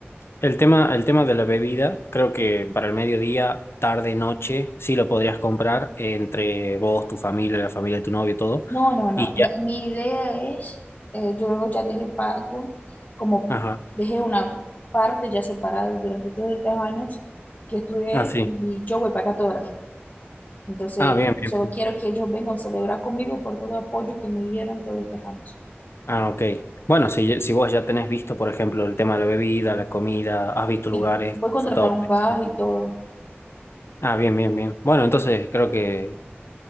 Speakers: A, on the left; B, on the left.
A: el tema, el tema de la bebida, creo que para el mediodía, tarde, noche, sí lo podrías comprar entre vos, tu familia, la familia de tu novio, todo.
B: No, no, no.
A: Y
B: La-
A: ya.
B: mi idea es, eh, yo ya dejé pago, como
A: Ajá.
B: dejé una parte ya separada durante todos estos años que estudié
A: Ah, sí.
B: y yo voy a pagar todo lo Entonces,
A: Ah, bien, bien,
B: solo
A: bien.
B: quiero que ellos vengan a celebrar conmigo por todo el apoyo que me dieron todos estos años.
A: Ah, ok. Bueno, si, si vos ya tenés visto, por ejemplo, el tema de la bebida, la comida, has visto lugares,
B: Y voy
A: consultado
B: a contratar un
A: precios.
B: bus y todo.
A: Ah, bien, bien, bien. Bueno, entonces creo que